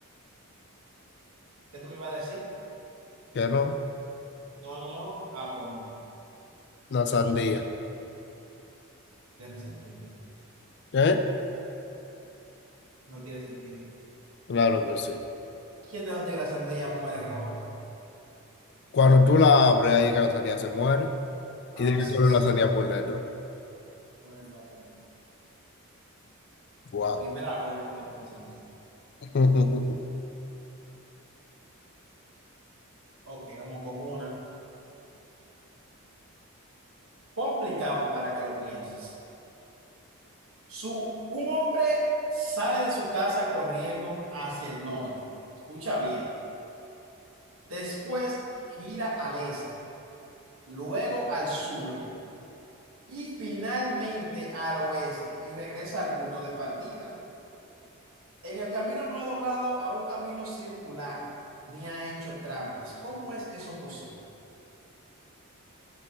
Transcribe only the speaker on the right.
¿Qué tú me ibas a decir?
No, no, no. Ah, pues no.
No sé. Tiene sentido.
No tiene sentido.
¿Quién te dice que la sandía muere roja?
Ah,
sí,
sí.
Es verdad, es verdad.
Primera vez uno que tiene sentido.
Ok, vamos con una. Complicado para que lo pienses. Su, un hombre sale de su casa corriendo hacia el norte. Escucha bien. Después gira al este, luego al sur y finalmente al oeste y regresa al punto de partida. En el camino no ha doblado a un camino circular ni ha hecho trampas. ¿Cómo es eso posible?